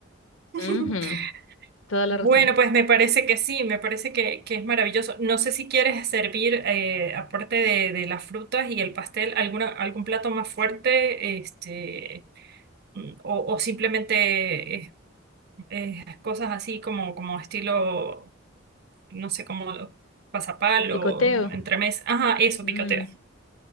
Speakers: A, on the right; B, on the left.
A: <laughs>
B: Ujú, Toda la
A: Bueno,
B: razón.
A: pues me parece que sí, me parece que, que es maravilloso. No sé si quieres servir, eh, aparte de, de las frutas y el pastel, alguna, algún plato más fuerte, este, mm, o, o simplemente eh, eh, cosas así como, como estilo, no sé, como pasapal
B: Como picoteo.
A: o entremés. Ajá, eso,
B: Mm.
A: picoteo.